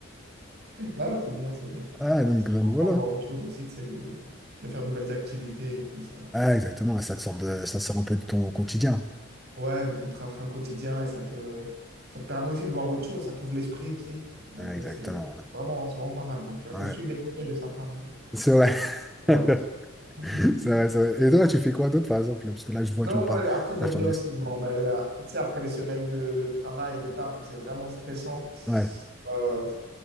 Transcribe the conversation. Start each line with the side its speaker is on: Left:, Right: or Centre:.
Right: Ah, c'est bien, c'est bien.
Centre: Ah, donc,
Right: C'est
Centre: donc
Right: important
Centre: voilà.
Right: de voir autre chose aussi, c'est de, de faire de nouvelles activités et tout ça.
Centre: Ah, exactement, ça te sort de, ça te sort un peu de ton quotidien.
Right: Ouais, le ton train-train quotidien et ça te, ça te permet aussi de voir autre chose, ça t'ouvre l'esprit aussi. Donc
Centre: Ah, exactement,
Right: euh, c'est
Centre: voilà.
Right: vraiment, c'est vraiment pas mal. Donc il
Centre: Ouais,
Right: faut suivre les conseils de sa femme.
Centre: c'est vrai.
Right: Faut faire,
Centre: <laughs>
Right: euh, Mhm.
Centre: C'est vrai, c'est vrai. Et toi, tu fais quoi d'autre, par exemple? Parce que là, je vois,
Right: Non,
Centre: tu me parles
Right: moi, après, j'aime
Centre: d'Arthur
Right: bien
Centre: Guest.
Right: aussi, bon, ben, tu sais, après les semaines de, de travail, de taf, où c'est vraiment stressant,
Centre: Ouais,
Right: euh,